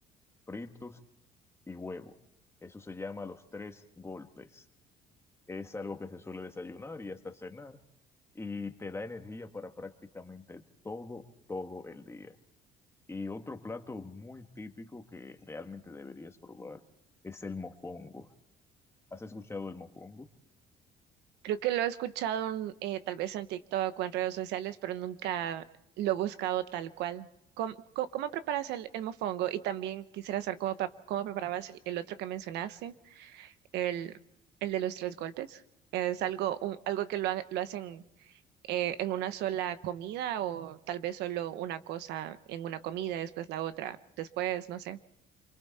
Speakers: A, on the left; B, on the right.
A: fritos y huevo. Eso se llama los tres golpes. Es algo que se suele desayunar y hasta cenar y te da energía para prácticamente todo, todo el día. Y otro plato muy típico que realmente deberías probar es el mofongo. ¿Has escuchado el mofongo?
B: Creo que lo he escuchado eh, tal vez en TikTok o en redes sociales, pero nunca lo he buscado tal cual. ¿Cómo, cómo- cómo preparas el, el mofongo? Y también quisiera saber cómo, pa- cómo preparabas el, el otro que mencionaste, el, el de los tres golpes. ¿Es algo, un- algo que lo, ha- lo hacen eh, en una sola comida o tal vez solo una cosa en una comida, después la otra, después, no sé.